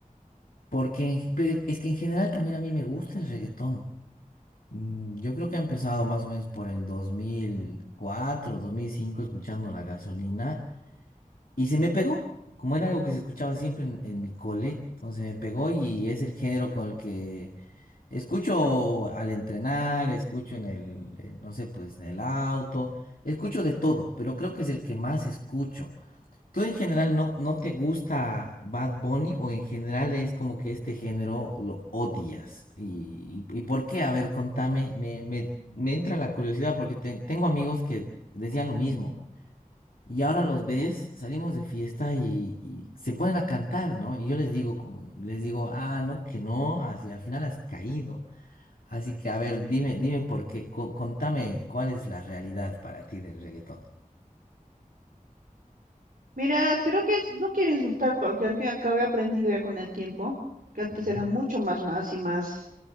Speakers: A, on the left; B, on the right.
A: porque en- pe- es que en general también a mí me gusta el reggaetón, Mm, yo creo que ha empezado más o menos por el 2004, 2005 escuchando La Gasolina, y se me pegó, como era algo que se escuchaba siempre en, en mi cole, entonces me pegó y es el género con el que escucho al entrenar, escucho en el, eh, no sé, pues en el auto, escucho de todo, pero creo que es el que más escucho. ¿Tú en general no, no te gusta Bad Bunny o en general es como que este género lo odias? ¿Y, y- por qué? A ver, contame, me, me, me entra la curiosidad porque te- tengo amigos que decían lo mismo. Y ahora los ves, salimos de fiesta y, y se ponen a cantar, ¿no? Y yo les digo, como, les digo, ah, no, que no, así al final has caído. Así que, a ver, dime, dime por qué, co- contame cuál es la realidad para ti del reggaetón.
B: Mira, creo que es- no quiero insultar, porque al fin y al cabo he aprendido ya con el tiempo, que antes
A: ¿Ya?
B: era mucho más nazi, más